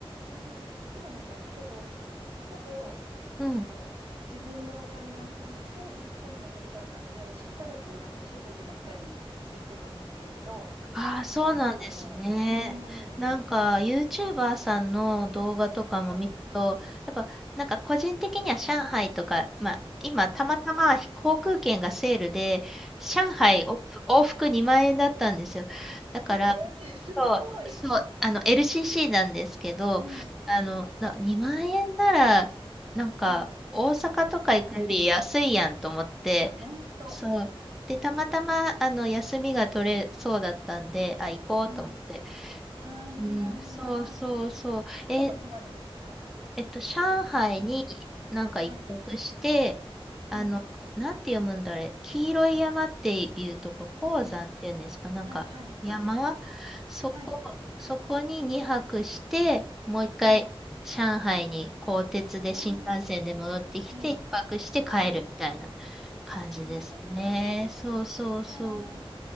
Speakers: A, on the right (about 75°); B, in the centre.
A: うんではないか。だけど、ほぼ、あの、
B: うん。
A: 自分でお金を貯めて行ったのがそれだったので、しばらくなんか中国ばっかり行ってたんですけれど、
B: ああ、そうなんですね。
A: なんかね、うーん、
B: なんか、YouTuber さんの動画とかも見ると、
A: はい。
B: やっぱ、なんか個人的には上海とか、まあ、今、たまたま航空券がセールで、
A: うん
B: 上海お往復往2万円だったんですよ。
A: え
B: だから、
A: ー、えー、<laughs> すごい。
B: そう、そう、あの、LCC なんですけど、
A: うん、う
B: あの、な2万円なら、なんか、
A: ん。
B: 大阪とか行くより安いやんと思って、
A: いけますね。いや、ほんと。
B: そう。で、たまたま、あの、休みが取れそうだったんで、あ、行こうと思って。
A: うん。ああ、いいな、
B: うん、
A: いいな。
B: そうそうそう。え、
A: どこ泊まるんですか
B: えっと、上海になんか一泊して、
A: うん。はい。
B: あの、
A: ええ。
B: なんて読むんだあれ、黄色い山っていうとこ、黄山っていうんですか、
A: うん。
B: なんか山、
A: はい、はい。ああ、
B: そこ、
A: はい。
B: そこに2泊して、もう一回上海に鋼鉄で新幹線で戻ってきて、
A: はい。ああ、ええ。
B: 一泊して帰るみたいな
A: はい。
B: 感じですね。
A: ええ。
B: そうそうそう。
A: いやー、